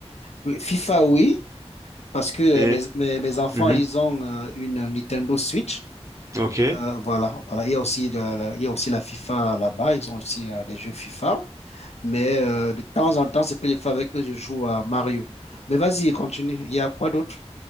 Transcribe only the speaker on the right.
Et
Mhm.
Ok.